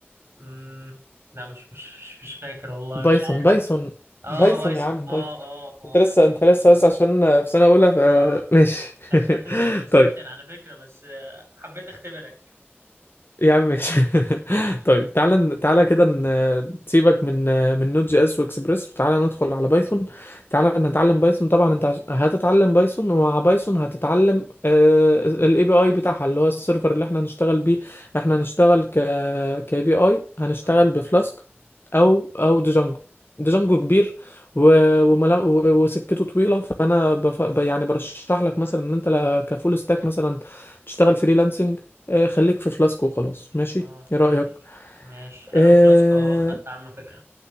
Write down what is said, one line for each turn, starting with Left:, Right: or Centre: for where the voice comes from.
Right: أمم، لا مش مش مش فاكر والله
Left: بايثون
Right: مش عارف
Left: بايثون
Right: اه
Left: بايثون
Right: بايثون
Left: يا عم
Right: اه
Left: بايثون
Right: اه اه
Left: انت لسه انت لسه بس عشان في سنة اولى ف
Right: اه
Left: ماشي
Right: خدتها في
Left: <laughs>
Right: السكشن
Left: طيب
Right: على فكره بس آه، حبيت اختبرك
Left: يا عم ماشي <laughs> طيب تعالى تعالى كده ن- سيبك من من نوت جي اس واكسبريس وتعالى ندخل على بايثون تعالى نتعلم بايثون طبعا انت عش- هتتعلم بايثون ومع بايثون هتتعلم الاي بي اي بتاعها اللي هو السيرفر اللي احنا هنشتغل بيه احنا هنشتغل ك كاي بي اي هنشتغل
Right: اه
Left: بفلاسك او او ديجانجو ديجانجو كبير و... وملا... و... وسكته طويله فانا بف... يعني برشح لك مثلا ان انت لا- كفول ستاك مثلا تشتغل فريلانسنج آه، خليك في فلاسكو وخلاص ماشي
Right: اه
Left: ايه رأيك
Right: ماشي ماشي حلو
Left: اه
Right: فلاسكو اه خدت عنه فكرة